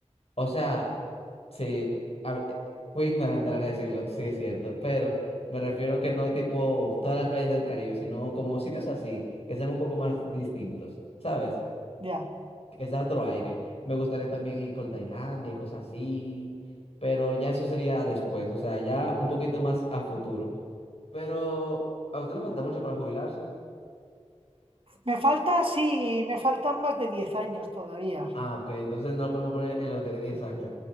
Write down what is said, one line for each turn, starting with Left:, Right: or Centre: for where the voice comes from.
Left: O sea, sí, a- fui ignorante a la hora de decirlo, sí es cierto, pero me refiero que no tipo todas las playas del Caribe, sino como sitios así, que sean un poco más distintos, ¿sabes?
Right: ya.
Left: que sea otro aire. Me gustaría también ir por Tailandia y cosas así, pero ya eso sería después, o sea, ya un poquito más a futuro. Pero a usted le falta mucho para jubilarse.
Right: Me falta, sí, me faltan más de 10 años todavía,
Left: Ah, ok, entonces no lo podemos poner en los de 10 años.